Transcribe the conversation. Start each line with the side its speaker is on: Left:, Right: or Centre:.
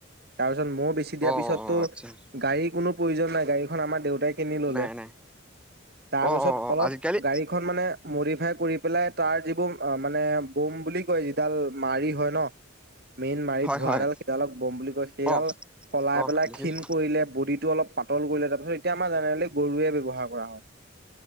Right: তাৰপিছত ময়ো বেছি দিয়াৰ
Centre: অ অ
Right: পিছততো
Centre: অ আচ্ছা
Right: গাড়ীৰ কোনো প্ৰয়োজন নাই গাড়ীখন আমাৰ দেউতাই কিনি ললে।
Centre: নাই নাই
Right: তাৰপিছত
Centre: অ অ অ
Right: অলপ
Centre: আজিকালি
Right: গড়ী খন মা নে মডিফাই কৰি পেলাই তাৰ যিবোৰ অ মানে বোম বুলি কয় যিডাল মাৰি হয় ন মেইন মাৰি
Centre: হয়
Right: ধোৱাডাল
Centre: হয়
Right: সেইডালক বম বুলি কয় সেইডাল
Centre: অ
Right: সলাই
Centre: অ
Right: পেলাই
Centre: দেখিছো
Right: ক্ষীণ কৰিলে বডি টো অলপ পাত তল কৰিলে তাৰপিছত এতিয়া আমাৰ জেনেৰেলি গৰুৱে ব্যৱহাৰ কৰা হয়।